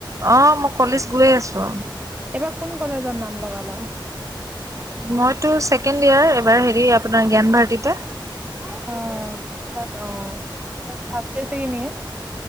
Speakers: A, on the right; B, on the right.
A: অ, মই কলেজ গৈ আছো।
B: এইবাৰ কোন কলেজত নাম লগালা?
A: মইতো ছেকেণ্ড ইয়াৰ। এবাৰ হেৰি আপোনাৰ জ্ঞান ভাৰটিতা।
B: অ, অহ, তাত ফাৰ্ষ্ট ইয়েৰ ছেকেণ্ড ইয়েৰ।